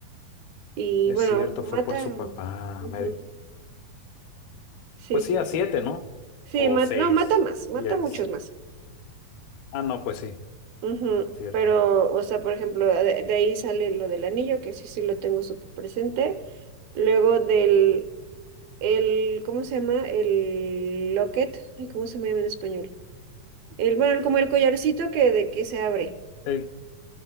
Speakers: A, on the right; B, on the left.
A: Y
B: Es
A: bueno,
B: cierto,
A: mata.
B: fue por su papá.
A: ujú,
B: Me-
A: Sí,
B: Pues
A: sí,
B: sí, a
A: sí.
B: siete, ¿no?
A: Sí,
B: O
A: ma-
B: seis.
A: no, mata más, mata
B: Y él
A: muchos
B: sí.
A: más.
B: Ah, no, pues sí,
A: Ujú,
B: cierto.
A: Pero, o sea, por ejemplo, de, de ahí sale lo del anillo, que sí, sí lo tengo súper presente. Luego del, el, ¿cómo se llama? El locket. Ay, ¿cómo se me llama en español? El, bueno, como el collarcito que de que se abre.
B: El,